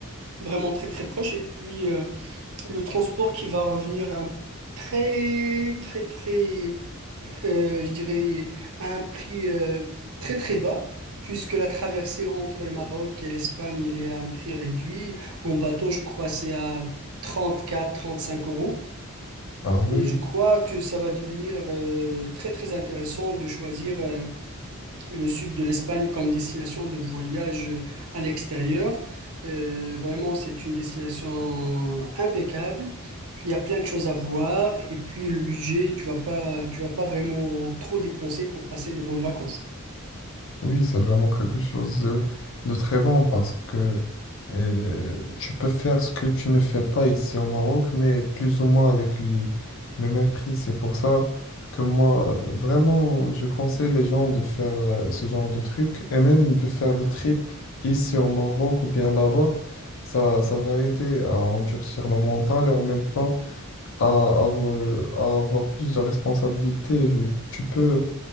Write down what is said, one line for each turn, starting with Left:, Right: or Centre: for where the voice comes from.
Right: vraiment très très proche. Et puis euh, le transport qui va revenir à un très très très, euh, je dirais, à un prix euh, très très bas, puisque la traversée entre le Maroc et l'Espagne, il est à un prix réduit. En bateau, je crois, c'est à trente quatre, trente cinq euros.
Left: Ah oui.
Right: Et je crois que ça va devenir euh, très très intéressant de choisir. euh, le sud de l'Espagne comme destination de voyage à l'extérieur. Euh, vraiment, c'est une destination impeccable. Il y a plein de choses à voir et puis le budget, tu vas pas, tu vas pas vraiment trop dépenser pour passer de bonnes vacances.
Left: Oui, c'est vraiment quelque chose de, de très bon parce que euh, tu peux faire ce que tu ne fais pas ici au Maroc, mais plus ou moins avec le, le même prix. C'est pour ça que moi, vraiment, je conseille les gens de faire euh, ce genre de truc et même de faire des trips ici au Maroc ou bien là-bas. Ça, ça va aider à endurcir le mental et en même temps à, avo- à avoir plus de responsabilités. Je- Tu peux